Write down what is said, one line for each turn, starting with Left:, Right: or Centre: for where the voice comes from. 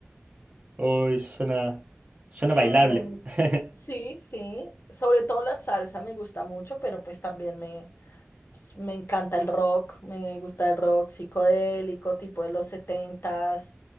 Right: Uy, suena, suena
Left: Eh,
Right: bailable. <laughs>
Left: sí, sí, sobre todo la salsa me gusta mucho, pero pues también me, pues, me encanta el rock, me gusta el rock psicodélico, tipo de los setentas.